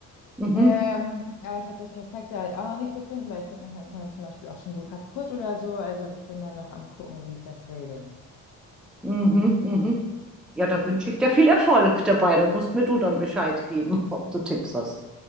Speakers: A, in the centre; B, on the left (about 70°).
A: mhm.
B: ähm, aber ich habe das Perfekte halt auch noch nicht gefunden, weil ich finde, manchmal ist man dann zum Beispiel auch schon so kaputt oder so. Also ich bin da noch am gucken, wie ich das regel.
A: Mhm, mhm. Ja, da wünsche ich dir viel Erfolg dabei. Da musst mir du dann Bescheid geben, <laughs> ob du Tipps hast.